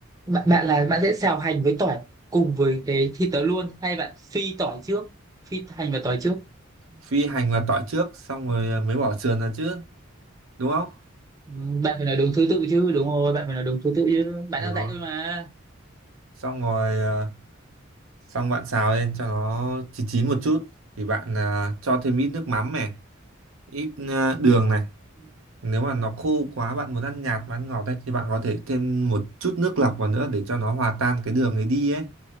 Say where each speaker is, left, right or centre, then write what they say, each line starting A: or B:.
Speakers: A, on the right; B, on the right.
A: bạn, bạn là bạn sẽ xào hành với tỏi cùng với cái thịt đó luôn hay bạn phi tỏi trước phi hành và tỏi trước
B: phi hành vào tỏi trước xong rồi ờ, mới bỏ sườn ra chứ đúng không
A: Ừ, bạn phải nói đúng thứ tự chứ đúng rồi bạn phải nói đúng thứ tự chứ bạn
B: rồi
A: đang dạy tôi mà
B: xong rồi ờ, xong bạn xào lên cho nó chín chín một chút thì bạn ờ, cho thêm ít nước mắm này ít ờ, đường này
A: Ừ,
B: nếu mà nó khô quá bạn
A: ừ,
B: muốn ăn nhạt mà ăn ngọt ấy thì bạn có thể thêm một chút nước lọc vào nữa để cho nó hòa tan cái đường ấy đi ấy